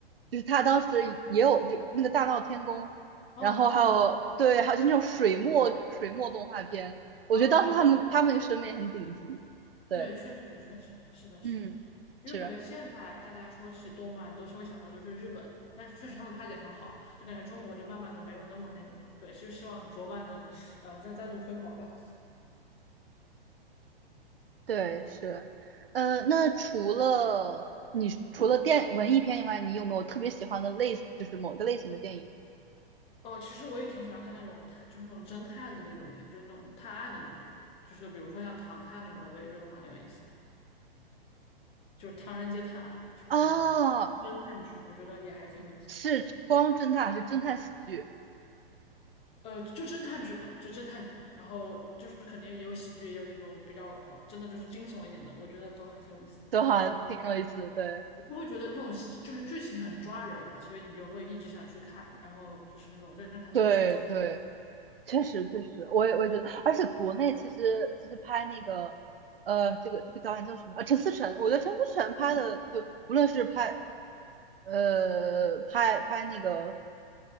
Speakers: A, on the right (about 70°); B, on the left (about 20°).
A: 就是他当时也有就那个大闹天宫，
B: 哦，
A: 然后还有对，
B: 对对对，
A: 还有就那种水墨水墨动画片，我觉得当时他们他们审美很顶级，
B: 哦对
A: 对，
B: 对，确实确实是的是的，
A: 嗯，
B: 因为感觉现在大家说起动漫都是会想到就是日本，
A: 是，
B: 但是确实他们拍的也很好，就感觉中国就慢慢的没有那么那种了。对，就希望国漫能呃再再度辉煌吧。
A: 对是，呃，那除了你除了电文艺片以外，你有没有特别喜欢的类，就是某个类型的电影
B: 哦，其实我也挺喜欢看那种就是那种侦探的那种片，就是那种探案的那种，就是比如说像《唐探》那种，我也觉得蛮有意思的。就是《唐人街探案》，就是那种侦探剧，
A: 啊？
B: 我觉得也还挺有意思的。
A: 是光侦探还是侦探喜剧？
B: 呃，就侦探剧嘛，就侦探剧，然后就是肯定也有喜剧，也有那种比较真的就是惊悚一点的，我觉得都还挺有意思的。
A: 都还挺有意思，对
B: 我会觉得那种就是剧情很抓人嘛，所以你就会一直想去看，然后就是那种跟着它的剧情走。
A: 对对，确实确实，我也我也觉得，而且国内其实其实拍那个，呃，这个这个导演叫什么啊？陈思诚，我觉得陈思诚拍的，
B: 嗯，
A: 就无论是拍，呃，拍拍那个